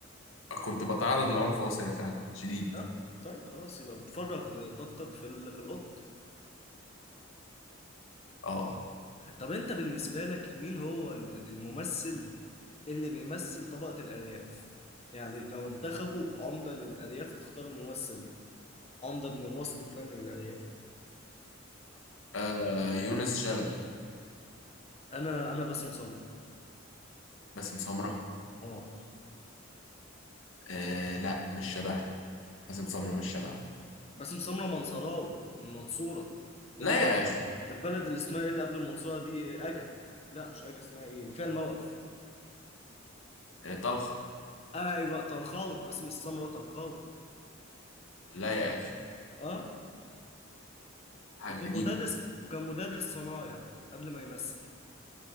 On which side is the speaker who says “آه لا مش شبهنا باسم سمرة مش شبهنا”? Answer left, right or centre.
Left